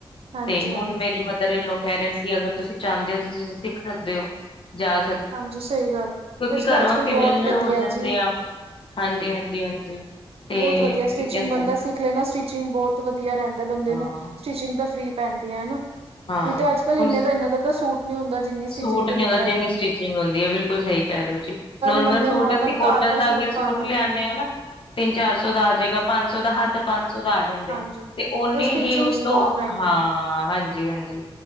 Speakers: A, on the right; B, on the left.
A: ਹਾਂਜੀ
B: ਤੇ ਹੁਣ ਮੇਰੀ ਮਤਲਬ ਇੱਧਰ ਲੋਕ ਕਹਿ ਰਹੇ ਨੇ ਕਿ ਅਗਰ ਤੁਸੀਂ ਚਾਹੁੰਦੇ ਹੋ ਤੁਸੀਂ ਸਿੱਖ ਸਕਦੇ ਹੋ ਜਾਂ।
A: ਹਾਂਜੀ ਸਹੀ ਗੱਲ।
B: ਕਿਉਂਕਿ
A: ਵੈਸੇ
B: ਘਰੋਂ
A: ਤਾਂ ਅੱਜ
B: ਅਸੀਂ
A: ਕੱਲ੍ਹ ਬਹੁਤ
B: ਵਿੇਹਲੇ
A: ਵਧੀਆ
B: ਹੋ
A: ਹੈ
B: ਜਾਂਦੇ
A: ਜੀ
B: ਆ ਹਾਂਜੀ ਹਾਂਜੀ ਹਾਂਜੀ, ਤੇ
A: ਬਹੁਤ ਵਧੀਆ ਸਟਿਚਿੰਗ
B: ਕੀ ਕਹਿੰਦੇ
A: ਬੰਦਾ ਸਿੱਖ ਲੈਣਾ ਸਟਿਚਿੰਗ ਬਹੁਤ ਵਧੀਆ ਰਹਿੰਦਾ ਬੰਦੇ
B: ਹਾਂ,
A: ਨੂੰ। ਸਟਿਚਿੰਗ ਤਾਂ ਫਰੀ ਪੈਂਦੀਆਂ ਹਨਾ ਨਹੀਂ
B: ਹਾਂ
A: ਤੇ ਅੱਜ ਕੱਲ
B: ਹੁਣ
A: ਇਨ ਦਾ ਇਨਾਂ ਦਾ ਤਾਂ ਸੂਟ ਨੀ ਹੁੰਦਾ। ਜਿੰਨੀ
B: ਸੂਟ
A: ਸਟੀਚਿੰਗ
B: ਨੀ
A: ਦੇਣੀ
B: ਹੁੰਦਾ
A: ਪੈ
B: ਜਿੰਨੀ
A: ਜਾਂਦੀ
B: ਸਟਿਚਿੰਗ
A: ਐ।
B: ਹੁੰਦੀ ਐ ਬਿਲਕੁਲ ਸਹੀ ਕਹਿ ਰਹੇ ਹੋ ਜੀ ਨੋਰਮਲ
A: ਬੰਦੇ
B: ਸੂਟ
A: ਨੇ ਨੋਰਮਲ
B: ਅਸੀਂ ਕੋਟਨ
A: ਘਰ
B: ਦਾ ਅਰ ਸੂਟ
A: ਪਾਉਣਾ
B: ਲਿਆਦੇ
A: ਹੁੰਦਾ
B: ਹਾਂ ਨਾ। ਤਿੰਨ ਚਾਰ ਸੌ
A: ਹਾਂਜੀ
B: ਦਾ ਆ ਜਾਏਗਾ ਪੰਜ ਸੌ ਦਾ ਹੱਦ ਪੰਜ ਸੌ ਦਾ ਆ ਜਾਂਦੇ
A: ਹਾਂਜੀ
B: ਤੇ ਓਨੀ
A: ਪਰ ਸਟਿਚਿੰਗਸ
B: ਹੀ ਉਸ।
A: ਬਹੁਤ ਮਹਿੰਗੀਆਂ
B: ਹਾਂ, ਹਾਂਜੀ ਹਾਂਜੀ